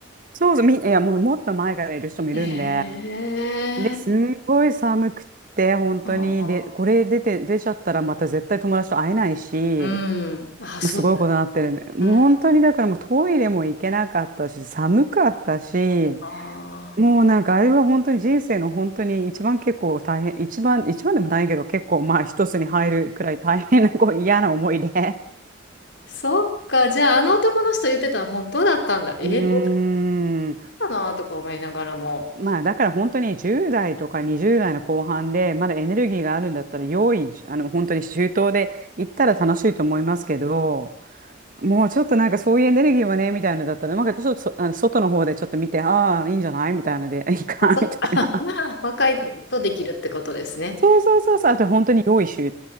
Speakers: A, on the right; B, on the left.
A: そうそう、み、いや、もうもっと前からいる人もいるんで、
B: ええ
A: で、すんごい寒くって、本当に、
B: う
A: で、これ出て、出ちゃったらまた絶対友達と会えないし、
B: ん。あ、
A: もうすごいことになってるね。
B: そう。
A: もう本当にだからもうトイレも行けなかったし、
B: うん、
A: 寒かったし、
B: あー
A: もうなんかあれは本当に人生の本当に一番結構大変、一番、一番でもないけど結構まあ一つに入るくらい大変なこう嫌な思いで。
B: そっか。じゃあ、あの男の人言ってたの本当だったんだ。えー、
A: うーん。
B: 本当かなとか思いながらも。
A: まあだから本当に10代とか20代の後半でまだエネルギーがあるんだったら用意あの本当に周到で行ったら楽しいと思いますけどもうちょっとなんかそういうエネルギーはねみたいなのだったらなんかちょっとそあの外の方でちょっと見てああーいいんじゃないみたいなので <laughs> いいかみたいな
B: あ、そっか。<laughs> 若いとできるってことですね。
A: そうそうそうそうあと本当に用意周、